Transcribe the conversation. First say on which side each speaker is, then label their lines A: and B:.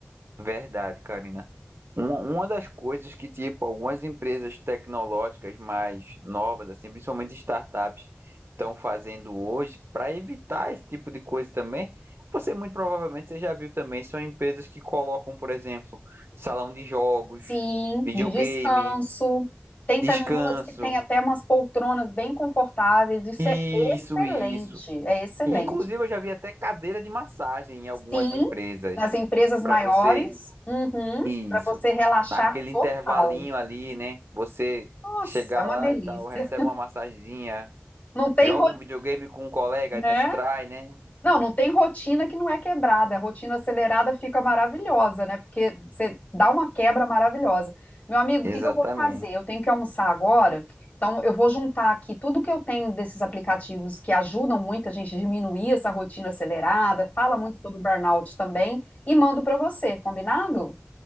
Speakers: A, on the right (about 75°); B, on the left (about 40°).
A: Verdade, Karina. Uma, uma das coisas que, tipo, algumas empresas tecnológicas mais novas, assim, principalmente startups, estão fazendo hoje para evitar esse tipo de coisa também. Você muito provavelmente você já viu também, são empresas que colocam, por exemplo, salão de jogos,
B: Sim,
A: videogame,
B: de descanso. Tem
A: descanso,
B: também umas que tem até umas poltronas bem confortáveis. Isso
A: isso,
B: é excelente,
A: isso.
B: é excelente.
A: Inclusive, eu já vi até cadeira de massagem em algumas
B: Sim,
A: empresas
B: nas empresas maiores,
A: para você
B: uhum,
A: isso.
B: para você relaxar
A: Naquele
B: total.
A: intervalinho ali, né? Você
B: Nossa,
A: chegar
B: é uma
A: lá
B: delícia.
A: e tal, recebe uma massagenzinha,
B: Não tem
A: joga
B: rotina,
A: um videogame com um colega,
B: né?
A: distrai, né?
B: Não, não tem rotina que não é quebrada. A rotina acelerada fica maravilhosa, né? Porque você dá uma quebra maravilhosa. Meu amigo,
A: Exatamente.
B: o que que eu vou fazer? Eu tenho que almoçar agora. Então, eu vou juntar aqui tudo que eu tenho desses aplicativos que ajudam muito a gente a diminuir essa rotina acelerada, fala muito sobre burnout também, e mando para você, combinado?